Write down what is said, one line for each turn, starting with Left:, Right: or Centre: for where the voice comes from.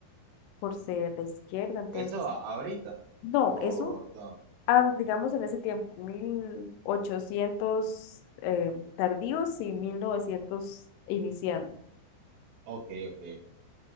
Left: por ser de izquierda, entonces,
Right: Eso a- ahorita.
Left: no,
Right: O
Left: eso
Right: no.
Left: ah, digamos en ese tiempo, 1800 eh, tardíos y 1900 iniciando.
Right: Ok, ok,